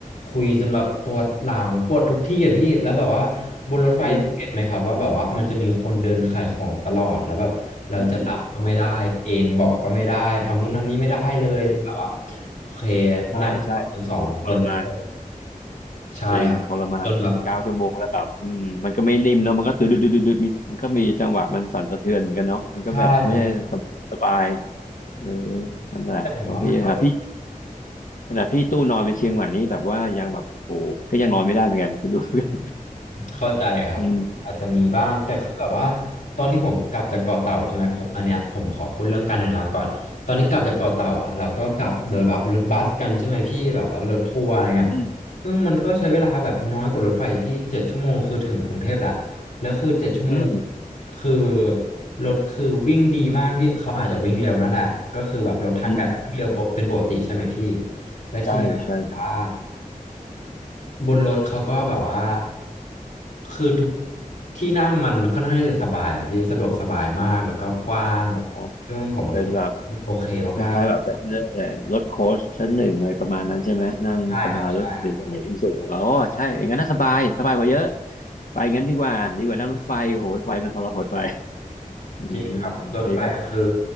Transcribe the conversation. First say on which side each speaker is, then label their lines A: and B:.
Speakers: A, on the left; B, on the left.
A: คุยจนแบบปวดหลังปวดทุกที่อะพี่แล้วแบบว่าบนรถไฟพี่เห็นไหมครับว่าแบบว่ามันจะมีคนเดินขายของตลอดแล้วแบบเราจะหลับก็ไม่ได้เอนเบาะก็ไม่ได้ทำนู่นทำนี้ไม่ได้เลยจนแบบว่า
B: จริงเออโอ้โหเออ
A: โอเค
B: ใช่ใช่โหทรมาน
A: นั่งกอดกันสองคนจบใช่ครับจนแบบ
B: จริงทรมานเก้าชั่วโมงแล้วแบบอืมมันก็ไม่นิ่มเนาะมันก็ดึดดึดดุดดดมีมันก็มีจังหวะมันสั่นสะเทือนเหมือนกันเนาะมันก็แบบไม่ใช่สบสบาย
A: ใช่ครับ
B: เออนั่นแหละเพราะพี่หาพี่
A: แต่ผมว่ามันก็
B: ขนาดพี่ตู้นอนไปเชียงใหม่นี่แบบว่ายังแบบโอ้โหก็ยังนอนไม่ได้เหมือนกันไปดู <laughs> กัน
A: เข้าใจครับอาจจะมีบ้างแต่คือแบบว่า
B: อืม
A: ตอนที่ผมกลับจากเกาะเต่าใช่ไหมผมอันเนี้ยผมขอพูดเรื่องการเดินทางก่อนตอนนี้กลับจากเกาะเต่าอ่ะเราก็กลับโดยแบบรถบัสกันใช่ไหมพี่แบบว่ารถทัวร์อะไรเงี้ย
B: อืม
A: ซึ่งมันก็ใช้เวลาแบบน้อยกว่ารถไฟพี่เจ็ดชั่วโมงคือถึงกรุงเทพแหละแล้วคือเจ็ดชั่วโมง
B: อืม
A: คือรถคือวิ่งดีมากพี่เขาอาจจะวิ่งเร็วนั่นแหละก็คือแบบรถทางไกลมันวิ่งเร็วปกเป็นปกติใช่ไหมพี่
B: อืม
A: และทีเนี้ยผมว่า
B: ใช่ใช่ครับ
A: บนรถเขาก็แบบว่าคือทุกที่นั่งมันค่อนข้างที่จะสบายอะพี่สะดวกสบายมากแล้วก็กว้าง
B: อ๋อ
A: ซึ่งผมรู้สึกว่ามันโอเคมาก
B: เป็นแบบคล้ายๆแบบเป็นเรื่องอะไรรถโค้ชชั้นหนึ่งอะไรประมาณนั้นใช่ไหมนั่งสบายรถใหญ่ๆถึงสูงอ๋อใช่อย่างนั้นน่าสบายสบายกว่าเยอะ
A: ๆใช่ครับใช่ครับ
B: ไปงั้นดีกว่าดีกว่านั่งรถไฟโอ้โหไฟมันทรหดไปอืม
A: จริงครับรถไฟคือ
B: ดีก็